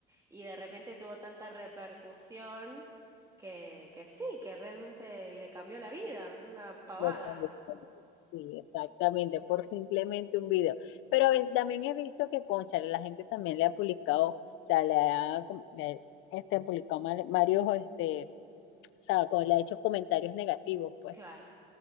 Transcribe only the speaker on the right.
y de repente tuvo tanta repercusión que, que sí, que realmente le cambió la vida, una pavada.
Claro,